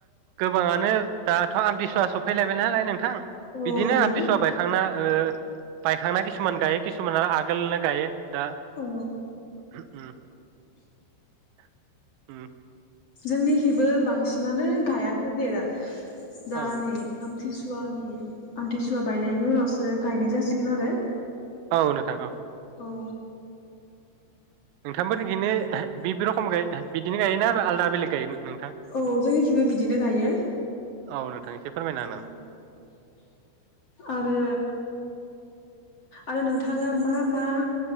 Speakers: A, on the right; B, on the left.
A: गोबाङानो दाथ आमथि सुवा सफैलायबाय नालाय नोंथां
B: औ
A: बिदिनो
B: नंगौ
A: आमथिसुवा बायखांना ओ बायखांना किसुमान गायो किसुमाना आगोलनो गायो दा
B: औ
A: ओम
B: जोंनिखिबो बांसिनानो गायाखै दे‌ दा दा
A: औ
B: नै आमथि सु सुवानि आमथिसुवा बायनायनि उनावसो गायनाय जासिगोन आरो
A: औ नोंथां औ
B: औ
A: नोंथांफोरनिखि बिब रखम बिदिनो गायोना आरो आलादा बेलेग गायो। नोंथां
B: औ जोंनिखिबो बिदिनो गायो
A: औ नोंथां एसे फोरमायना होनां
B: औ आरो आरो नोंथाङा मा मा